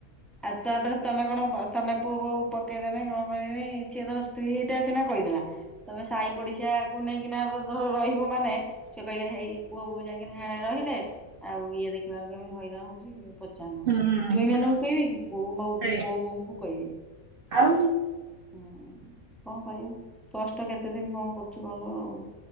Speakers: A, in the centre; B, on the right (about 75°).
A: ଆଉ ତାପରେ ତମେ କଣ ତମେ ପୁଅ ବୋହୁ ପକେଇଦେନେ କନ କରିନେ ସିଏ ତାର ସ୍ତ୍ରୀ ଟା ସିନା କହିଦେଲା। ତମେ ସାାଇ ପଡିଶା କୁ ନେଇକିନା ଧରି ରହିବ ମାନେ ସେ କହିବେ ହେଇ ପୁଅ ବୋଉ ଯାଇକି ହେଣେ ରହିଲେ। ଆଉ ଇଏ ଦେଖିଲା ବେଳକୁ ହଇରାଣ ହଉଛି। ଚାନ
B: ହୁଁ ହୁଁ
A: ଜୌଇ ମାନଙ୍କୁ କହିବେ କି। ପୁଅ ବୋହୁ ଆଉ
B: ସେଇଆ
A: ପୁଅ ବୋଉଙ୍କୁ କହିବେ।
B: ଆଉ।
A: ହୁଁ କ କରିବା କଷ୍ଟ କେତେ ଦିନି କ କରୁଛି କରୁ ଆଉ।